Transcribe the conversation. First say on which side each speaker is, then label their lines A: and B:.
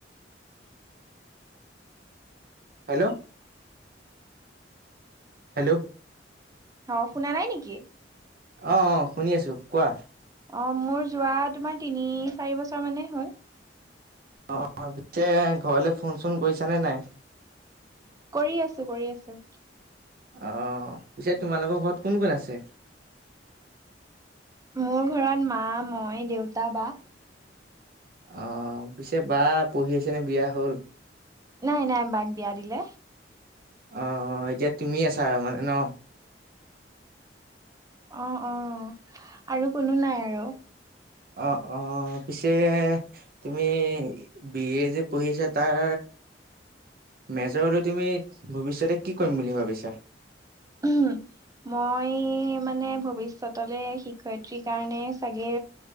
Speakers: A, on the right; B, on the right.
A: হেল্ল'। হেল্ল'।
B: অ শুনা নাই নেকি?
A: অ অ শুনি আছো কোৱা।
B: অঁ মোৰ যোৱা তোমাৰ তিনি চাৰি বছৰ মানেই হ'ল।
A: অ পিছে ঘৰলে ফোন চোন কৰিছানে নাই?
B: কৰি আছো কৰি আছো।
A: অহ পিছে তোমালোকৰ ঘৰত কোন কোন আছে।
B: মোৰ ঘৰত মা, মই, দেউতা, বা।
A: অহ, পিছে বা পঢ়ি আছেনে বিয়া হ' ল?
B: নাই -নাই বাক বিয়া দিলে।
A: অহ, এতিয়া তুমি আছা মানে ন'?
B: অহ - অহ আৰু কোনো নাই আৰু।
A: অহ - অহ পিছে তুমি বি এ যে পঢ়ি আছা তাৰ
B: <inaudible>
A: মেজৰলৈ তুমি ভৱিষ্যতে কি কৰিম বুলি ভাবিছা?
B: <unintelligible> মই মানে ভৱিষ্যতলে শিক শিক্ষয়িত্ৰী কাৰণে চাগে